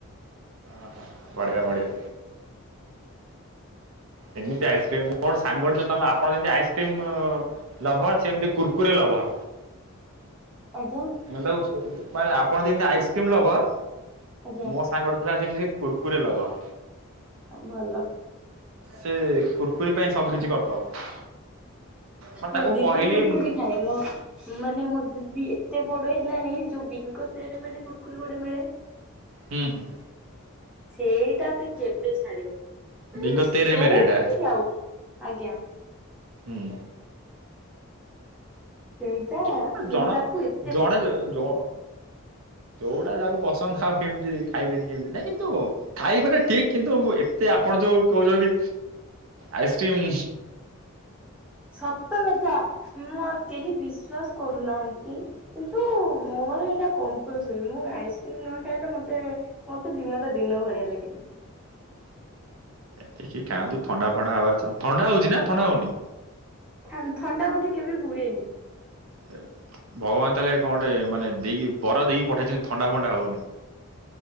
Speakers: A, on the right; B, in the centre.
A: ଅହ ବଢିଆ ବଢ଼ିଆ। ଏମିତି ଆଇସ୍କ୍ରିମ ମୋର ସାଙ୍ଗଠୁ ତମେ ଆପଣ ଯେମିତି ଆଇସ୍କ୍ରିମ୍ ଲଭର ସେମତି କୁର୍କୁରେ ଲଭର।
B: ଆଜ୍ଞା
A: ମାନେ ଆପଣ ଯେମିତି ଆଇସ୍କ୍ରିମ ଲଭର
B: ଆଜ୍ଞା।
A: ମୋ ସାଙ୍ଗ ଥିଲା ସେମିତି କୁର୍କୁରେ ଲଭର।
B: ଭଲ।
A: ସେ କୁୁରକୁୁରୀ ପାଇଁ ସବୁ କିିଛି କରିଦବ। ମାନେ
B: ମୋ
A: ତାକୁ
B: ଦିଦି
A: କହିଲି
B: କୁୁରକୁରି
A: ହୁଁ
B: ଖାଏ। ମୋ ମାନେ ମୋ ଦିଦି ଏତେ ବଡ ହେଲାଣି ଯୋଉ ବିଙ୍କଙ୍ଗତେଡେ ମିେଳେ କୁକୁରୀ ଗୋଡେ ମିଳେ?
A: ହୁଁ ହୁଁ।
B: ସେଇଟା ତ କେବେ ଛାଡିବନି
A: ବିଙ୍ଗ
B: ମାନେ
A: ତେରେ
B: ଯଉଠିକି
A: ମେରେ ଏଟା
B: ଯାଉ ଆଜ୍ଞା।
A: ହୁଁ।
B: ସେଇଟା
A: ଯୋଉଟା
B: ମାନେ
A: ଜଣ
B: ତାକୁ ଏତେ ପସନ୍ଦ।
A: ଜଣେ ଯ ଜ ଯୋଉଟା ଯାହା ପସନ୍ଦ ଆଉ କେମିତି ଖାଇବେନି କେମିତି ନାଇଁ କିନ୍ତୁ ଖାଇବେ ନା ଠିକ କିନ୍ତୁ ମୁଁ ଏତେ ଆପଣ ଯୋଉ କୋହୁଚନ୍ତି ଆଇସ୍କ୍ରିମ୍
B: ସତ କଥା ମୁଁ ଆଉ କେହି ବିଶ୍ଵାସ କରୁନାହାନ୍ତି କି
A: <unintelligible>
B: ମୋର ହେଇଟା କମ୍ପଲସରି ମୁଁ ଆଇସ୍କ୍ରିମ ନ ଖାଇଲେ ମତେ ମତେ ଦିନଟା ଦିନ ଭଳିଆ ଲାଗେନି।
A: ଦେଖି ଖାଆନ୍ତୁ ଥଣ୍ଡା ଫଥଣ୍ଡା ହବାର ଥଣ୍ଡା ହଉଛି ନା ଥଣ୍ଡା ହୋଉନି?
B: ଥା ଥଣ୍ଡା ମତେ କେବେ ହୁଏନି।
A: ହେ ଭଗବାନ ତାହେଲେ କଣଟେ ମାନେ ଦେଇକି ବର ଦେଇକି ପଠେଇଚନ୍ତି ଥଣ୍ଡା ଫଣ୍ଡା ହୋଉନି।